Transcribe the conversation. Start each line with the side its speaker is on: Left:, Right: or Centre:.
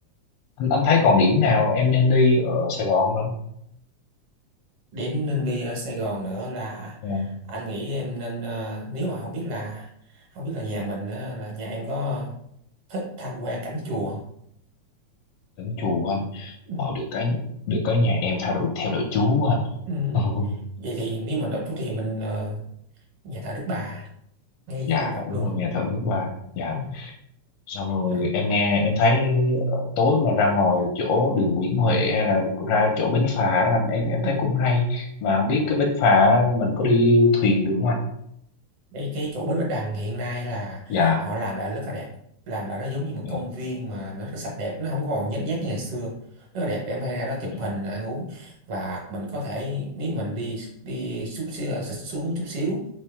Left: anh, anh thấy còn điểm nào em nên đi ở Sài Gòn không anh
Right: điểm nên đi ở Sài Gòn nữa là
Left: ừ,
Right: anh nghĩ em nên ờ, nếu mà không biết là không biết là nhà mình á, là nhà em có thích tham quan cảnh chùa không
Left: đến chùa anh
Right: Ừ,
Left: ờ, được cái được cái nhà em theo đuổi theo đuổi chú anh
Right: ừ.
Left: <laughs>
Right: Vậy thì nếu mình đọc chú thì mình ờ, nhà thờ Đức Bà ngay
Left: dạ
Right: quận một
Left: đúng
Right: luôn
Left: rồi nghe thở nước ba dạ
Right: ừ.
Left: xong rồi
Right: Đó.
Left: em nghe em thấy ờ, tối mà ra ngoài chỗ đường Nguyễn Huệ hay là ra chỗ bến phà đó anh em em
Right: Ừ.
Left: thấy cũng hay mà không biết cái bến phà mình có đi thuyền được không anh
Right: Đây, cái chỗ Bến Bạch Đằng hiện nay là
Left: dạ
Right: họ làm lại rất là đẹp làm lại nó giống như một
Left: dạ
Right: công viên mà nó rất là sạch đẹp nó không còn nhếch nhác như ngày xưa rất là đẹp em hay ra đó chụp
Left: ừ,
Right: hình ăn uống và mình có thể nếu mình đi đi xúc xích xuống chút xíu